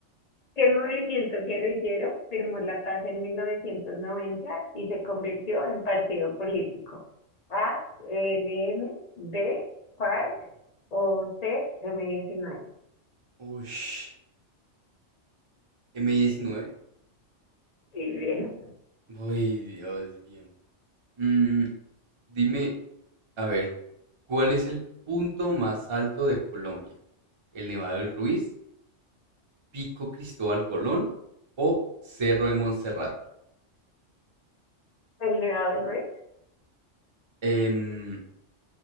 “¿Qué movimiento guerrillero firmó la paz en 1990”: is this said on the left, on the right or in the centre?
Left